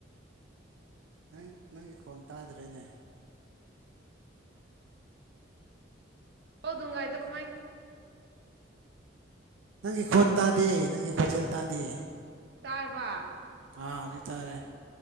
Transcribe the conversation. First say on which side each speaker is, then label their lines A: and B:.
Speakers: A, on the right; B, on the right.
A: ꯅꯪ ꯅꯪꯒꯤ ꯈꯣꯟ ꯇꯥꯗ꯭ꯔꯦꯅꯦ
B: ꯄꯥꯎꯗꯨꯡꯒꯥꯏꯗꯣ
A: ꯑꯣꯟꯊꯣꯛꯄꯅꯤꯗꯀꯣ
B: ꯀꯃꯥꯏ
A: ꯅꯪꯒꯤ ꯈꯣꯟ ꯇꯥꯗꯦ ꯅꯪꯒꯤ ꯈꯣꯟꯖꯦꯜ ꯇꯥꯗꯦ
B: ꯇꯥꯔꯕ
A: ꯑꯥ ꯍꯧꯖꯤꯇꯥꯔꯦ